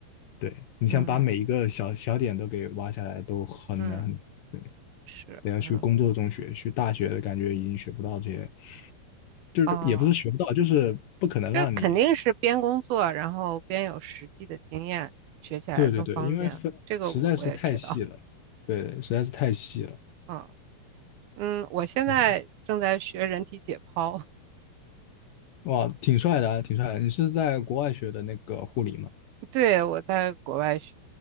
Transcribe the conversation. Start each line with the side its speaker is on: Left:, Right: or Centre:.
Left: 对，你想把每一个小小点都给挖下来都很难很对，
Right: 嗯嗯，是，
Left: 得要去工作中学，
Right: 嗯
Left: 去大学的感觉已经学不到这些，就是也不是学不到，
Right: 哦。
Left: 就是不可能让你，
Right: 这肯定是边工作，然后边有实际的经验，学起来更方便。
Left: 对对对，因为分实在是太细了，
Right: 这个我我也知道，
Left: 对对，
Right: 对，
Left: 实在是太细了。
Right: 嗯嗯，我现在正在学人体解剖，
Left: 对啊哇，挺帅的啊，挺帅的。你是在国外学的那个护理吗？
Right: <laughs> 对，我在国外学，